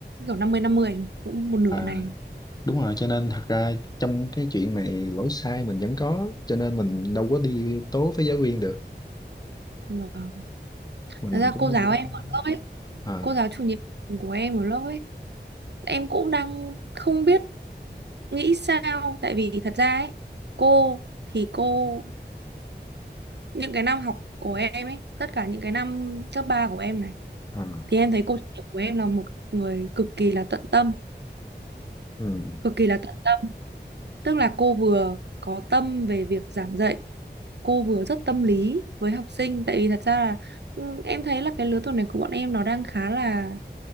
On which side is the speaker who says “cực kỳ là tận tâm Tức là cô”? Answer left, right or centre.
Right